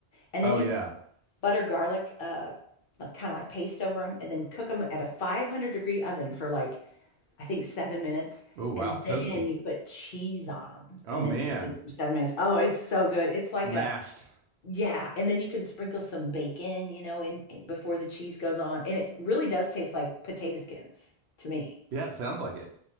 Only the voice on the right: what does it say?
Oh,
yeah.
Oh, wow.
Toasty.
Oh,
man.
Smashed.
Yeah, it sounds like it.